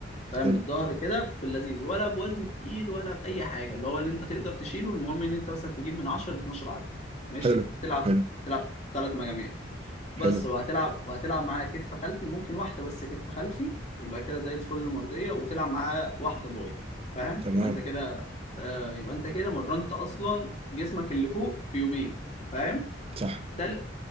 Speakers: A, on the left; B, on the right.
A: فاهم
B: حلو
A: للظهر كده في اللذيذ ولا بوزن تقيل ولا باي حاجه اللي هو اللي انت تقدر تشيله المهم ان انت مثلا تجيب من 10 ل 12 عد ماشي
B: حلو
A: تلعب
B: حلو
A: تلعب ثلاث مجاميع بس
B: حلو
A: وهتلعب وهتلعب معاه كتف خلفي ممكن واحدة بس كتف خلفي يبقى كده زي الفل مرضية وتلعب معاه واحدة باي فاهم
B: تمام
A: يبقى انت كده آه يبقى انت كده مرنت اصلا جسمك اللي فوق في يومين فاهم
B: صح
A: تل...